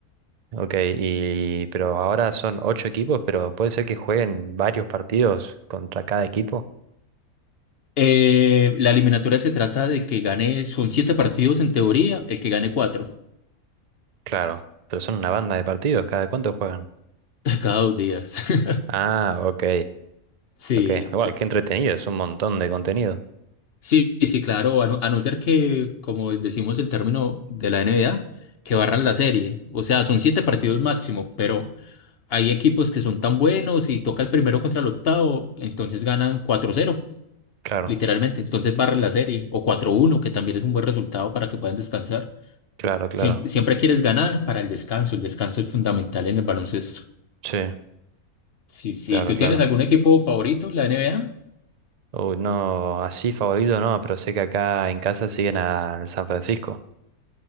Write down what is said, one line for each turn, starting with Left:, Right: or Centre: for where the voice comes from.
Right: ok, y pero ahora son ocho equipos, pero puede ser que jueguen varios partidos contra cada equipo.
Left: Eh, la eliminatoria se trata de que gane, son siete partidos en teoría, el que gane cuatro
Right: Claro, pero son una banda de partidos, ¿cada cuánto juegan?
Left: <laughs> cada dos días. <laughs>
Right: Ah, ok,
Left: Sí,
Right: ok. Igual, qué entretenido, es un montón de contenido.
Left: Sí, sí, claro, a no, a no ser que, como decimos el término de la NBA, que barran la serie. O sea, son siete partidos máximo, pero hay equipos que son tan buenos y toca el primero contra el octavo, entonces ganan cuatro cero,
Right: Claro,
Left: literalmente. Entonces barren la serie, o cuatro uno, que también es un buen resultado para que puedan descansar.
Right: claro, claro.
Left: Siempre, siempre quieres ganar para el descanso, el descanso es fundamental en el baloncesto.
Right: Sí,
Left: Sí, sí,
Right: claro,
Left: ¿tú
Right: claro.
Left: tienes algún equipo favorito en la NBA?
Right: Uy, no, así favorito no, pero sé que acá en casa siguen al San Francisco.